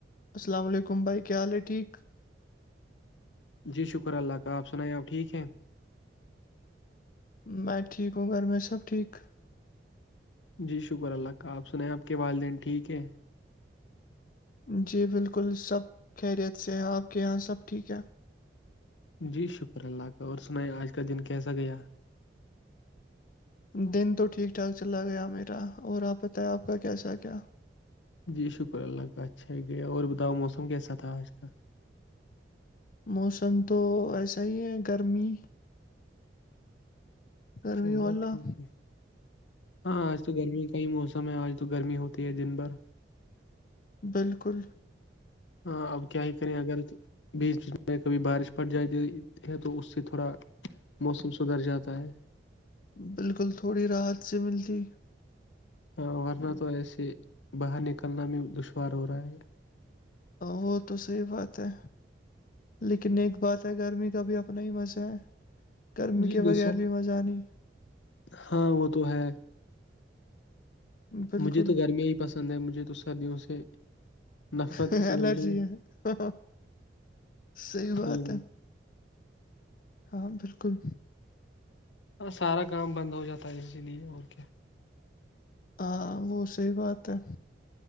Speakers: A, on the left (about 50°); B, on the left (about 80°).
A: آلامالیکم کیا حال ہیں بھیجا
B: جی شکر اللہ کا آپ سنائیے آب ٹھیک ہیں
A: میں ٹھیک ہوں گھر میں سب ٹھیک
B: جی شکر اللہ کا آپ سنیں آپ کے والدین ٹھیک ہیں
A: جی بالکل سب خیریت سے ہیں آپ کے یہاں سب ٹھیک ہے
B: جی شکر اللہ کا اور سنیں آج کا دن کیسا گیا
A: دن تو ٹھیک ٹھاک چلا گیا میرا اور آپ بتائیں آپ کا کیسا کیا
B: جی شکر اللہ کا اچھا ہی گیا اور بتاؤ موسم کیسا تھا آج کال
A: موسم تو ایسا ہی ہے گرمی گرمی
B: چلو
A: والا
B: ٹھیک ہے ہاں آج تو گرمی کئی موسم ہے آج تو گرمی ہوتی ہے دن بھر
A: بالکل
B: ہاں اب کیا ہی کریں اگر <inaudible> بیچ بیچ میں کبھی بارش پڑ جاتی ہے تو اس سے تھوڑا <inaudible> موسم سدھر جاتا ہے
A: بالکل تھوڑی راحت سے ملتی
B: ہاں ورنہ تو ایسے باہر نکلنا میں دشوار ہو رہا ہے
A: وہ تو صحیح بات ہے لیکن ایک بات گرمی کا بھی اپنا ہی مزہ ہے گرمی
B: جی
A: کے
B: بے
A: بغیر
B: شک
A: بھی مزہ نہیں
B: ہاں وہ تو ہے
A: بالکل
B: مجھے تو گرمیا ہی پسند ہے مجھے تو سردیوں سے نفرت
A: الرجی
B: ہی سمجھ ل
A: ہے صحیح
B: ہاں
A: بات ہے
B: <inaudible>
A: ہاں بالکل
B: ہاں سارا کام بند ہو جاتا ہے اسی لیے اور کیا
A: ہاں وہ صحیح بات ہے